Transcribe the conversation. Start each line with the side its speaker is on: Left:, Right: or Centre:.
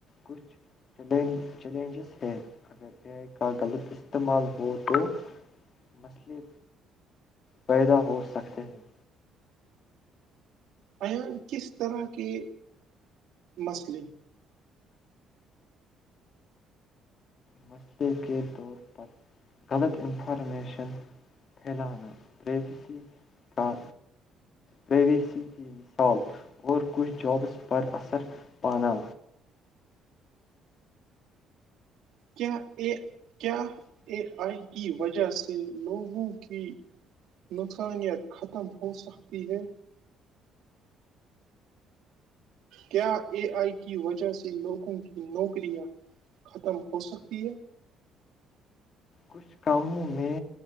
Left: کچھ چل چیلنجز ہے اگر اےے کا غلط استعمال ہو تو مسئلے پیدا ہو سکتے ہیں
Right: ایان کس طرح کے مسئلے
Left: مسئلے کے طور پر غلط انفارمیشن پھیلانا پریویسی کا پریویسی کی مثال اور کچھ جابس پر اثر پانا
Right: کیا یہ کیا ا آئی و وجہ سے لوگوں کی نقصانیت ختم ہو سکتی ہے کیا اے آئی کی وجہ سے لوگوں کی نوکریاں ختم ہو سکتی ہیں
Left: کچھ کاموں میں